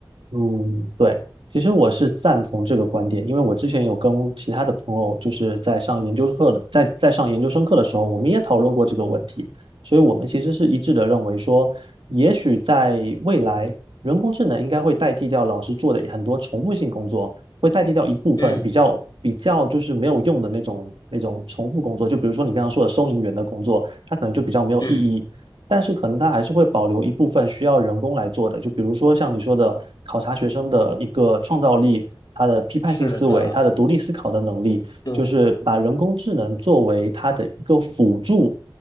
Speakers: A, on the right; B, on the left.
A: 嗯，对，其实我是赞同这个观点，因为我之前有跟其他的朋友，就是在上研究课的，在在上研究生课的时候，我们也讨论过这个问题，所以我们其实是一致的认为说，也许在未来，人工智能应该会代替掉老师做的很多重复性工作，会代替掉一部分比较比较就是没有用的那种那种重复工作，
B: 嗯
A: 就比如说你刚刚说的收银员的工作，它可能就比较没有意义，
B: 嗯，
A: 但是可能它还是会保留一部分需要人工来做的，就比如说像你说的，考察学生的一个创造力、他的批判性思维、
B: 是的，
A: 他的独立思考的能力，
B: 对
A: 就是把人工智能作为他的一个辅助，